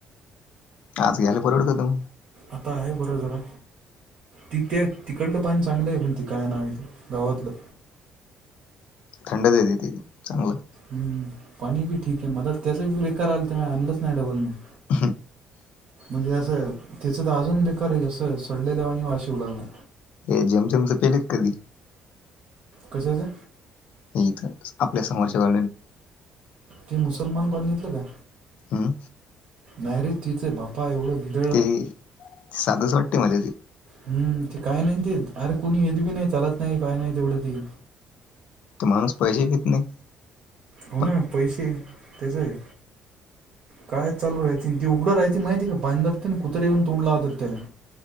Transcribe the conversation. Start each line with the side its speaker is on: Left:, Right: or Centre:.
Left: आज ग्यायला पररवडतं तू
Right: आता आहे बरं जरा तिथे तिकडलं पाणी चांगलं आहे पण ते काय नाव आहेथं गावातलं
Left: थंडच येते त चांगलं
Right: हम् पाणी बी ठीक आहे म त्याचा ब बेकार आला त्या म आणलंच नाही डबल म्हणून
Left: ह
Right: म्हणजे असं तिचं तर अजून बेकार आहे जस सडलेल्यावा आणि वाशिव लागला
Left: हे जमजमच पहिले कधी
Right: कशचं.
Left: नाही इथं आपल्या समोरच्या व
Right: ते मुसलमान कोण घेतलं का
Left: हं
Right: नाहीरे तिचे बापा एवढं ग
Left: ते साधच वाटते मला तेे
Right: हम्म ते काय नाही ते अरे कोुणी येत बी नाही चालत नाही काही नाही तेवढं त
Left: ते माणूस पाहिजे घेत नाही
Right: हो
Left: पण
Right: ना पैसे त्याच आहे काय चालू राय त ते उघडं राहती माहिती आहे का बांधबते ना कुत्रे येऊन तोंडलाहतात त्याला